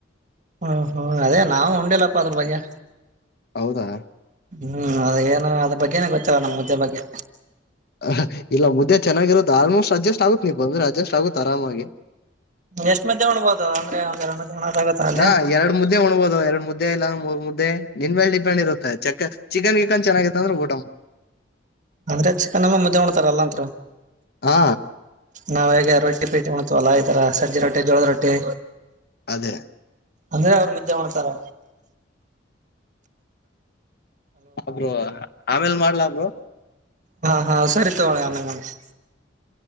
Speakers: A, on the right; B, on the left.
A: ಹ್ಮ್ ಹ್ಮ್ ಅದೇ ನಾವು ಉಂಡಲ್ಲಪ್ಪ ಅದ್ರ ಬಗ್ಗೆ
B: ಹೌದಾ
A: ಹ್ಮ್ ಅದ ಏನ ಅದ ಬಗ್ಗೆನ ಗೊತ್ತಲ್ಲ ನಮ್ ಮುದ್ದೆ ಬಗ್ಗೆ
B: ಹ ಇಲ್ಲ ಮುದ್ದೆ ಚೆನ್ನಾಗಿರೋದು ಆಲ್ಮೋಸ್ಟ್ ಅಡ್ಜಸ್ಟ್ ಆಗುತ್ತ ನೀವ್ ಬಂದ್ರೆ ಅಡ್ಜಸ್ಟ್ ಆಗುತ್ತತ್ ಆರಾಮಾಗಿ
A: ಎಷ್ಟ ಮಧ್ಯೆಣ್ಬಹದು ಅ ಅಂದ್ರೆ ಉಣದಾಗತ್ತ ಅಲ್ಲಿ
B: ಹ ಎರಡ್ ಮುದ್ದೆ ಉಣಬಹದು ಎರಡ್ ಮುದ್ದೆ ಮುದ್ದೆ ನಿನ್ ಮೇಲೆ ಡಿಪೆಂಡ್ ಇರುತ್ತೆ ಚ ಚಿಕನ್ ಚಿಕನ್ ಚೆನ್ನಾಗಿತ್ತ ಅಂದ್ರೆ ಊಟಮ್ಮ
A: ಅಂದ್ರೆ ಚಿಕನ್ಮ್ಮ ಮುದ್ದೆ ಹೊಣ್ತಾರಲ್ಲಂ
B: ಹಾ
A: ನಾವ್ ಹೇಗೆ ರಿ ರೊಟ್ಟಿ ಪೇಟೆ ಮಾಡ ಅ ಎಲ್ಲಾ ಈ ತರ ಸಜ್ಜೆ ರೊಟ್ಟಿ ಜೋಳದ ರೊಟ್ಟಿ
B: ಅದೇ
A: ಅಂದ್ರೆ ಅವ್ರ ಮುದ್ದೆ ಮಾಡ್ತಾರೆ
B: ಹ ಬ್ರೋ ಆಮೇಲ್ ಮಾಡ್ಲಾ ಬ್ರೋ
A: ಹಾ ಹಾ ಸರಿ ತಕೊಳ್ಳಿ ಆಮೇಲೆ ಮಾಡ್ರಿ